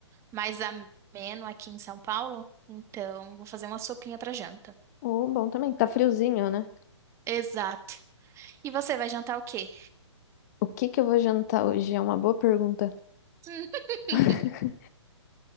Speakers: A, on the right; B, on the left.
A: mais ameno aqui em São Paulo. Então, vou fazer uma sopinha pra janta.
B: Oh, bom também. Tá friozinho, né?
A: Exato. E você vai jantar o quê?
B: O que que eu vou jantar hoje? É uma boa pergunta.
A: <laughs>
B: <laughs>